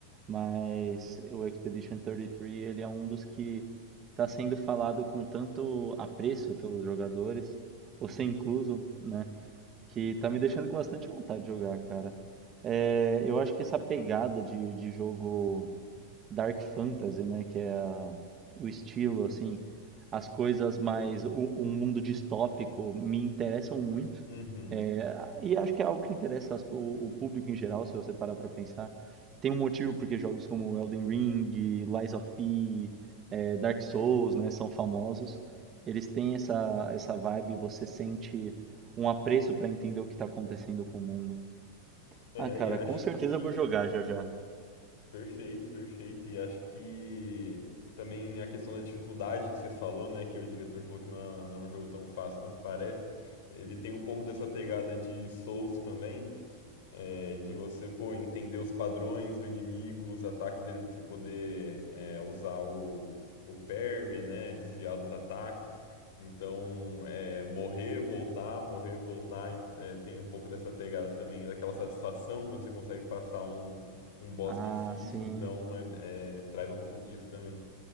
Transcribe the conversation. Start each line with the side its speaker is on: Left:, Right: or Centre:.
Right: mas o Expedition 33, ele é um dos que tá sendo falado com tanto apreço pelos jogadores, você incluso, né, que tá me deixando com bastante vontade de jogar, cara. É, eu acho que essa pegada de, de jogo dark fantasy, né? Que é a- o estilo, assim, as coisas mais, o- um mundo distópico me interessam muito.
Left: Uhum.
Right: É, e acho que é algo que interessa as- o, o público em geral, se você parar pra pensar. Tem um motivo porque jogos como Elden Ring, Lies of P, é, Dark Souls, né, são famosos. Eles têm essa, essa vibe, você sente um apreço pra entender o que tá acontecendo com o mundo.
Left: É,
Right: Ah, cara,
Left: e acho
Right: com certeza
Left: que
Right: eu vou jogar já já.
Left: Perfeito, perfeito. E acho que também a questão da dificuldade que você falou, né, que o diretor falou que não, é, não é um jogo tão fácil quanto parece, ele tem um pouco dessa pegada de Souls também, é, de você, pô, entender os padrões do inimigo, os ataques dele pra você poder é, usar o, o parry, né? Desviar dos ataques. Então, é, morrer, voltar, morrer, voltar, é, tem um pouco dessa pegada também, daquela satisfação quando você consegue passar um, um boss
Right: Ah,
Left: difícil,
Right: sim.
Left: então é, é, traz um pouco disso também.